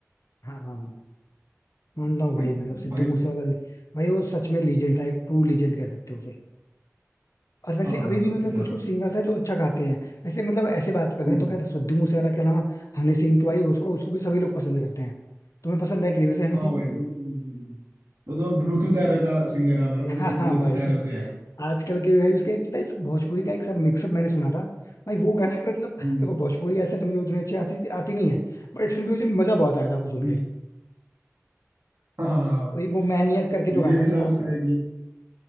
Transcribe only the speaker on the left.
हाँ हाँ मानता हूँ
भाई मतलब सिद्धू
मूसेवाला
भाई वो सच में लीजेंड था एक ट्रू लीजेंड कह सकते हो उसे और वैसे
अभी भी
मतलब
कुछ कुछ सिंगर्स हैं जो अच्छा गाते हैं वैसे मतलब ऐसे बात कर रहे
हैं तो खैर सिद्धू मूसेवाला के अलावा हनी सिंह तो भाई उसको उसको भी सभी लोग पसंद करते हैं तुम्हें पसंद है कि नहीं वैसे हनी
सिंह
<laughs>
हाँ हाँ
भाई
आजकल के भाई उसके पता है इस भोजपुरी का एक सब मिक्सअप मैंने सुना था भाई वो गाना <laughs> मतलब देखो
भोजपुरी ऐसा मुझे उतनी अच्छी आती आती नहीं है बट फिर भी मुझे मजा बहुत आया था वो सुन
के
वही वो मैनियक करके जो गाना
है उसका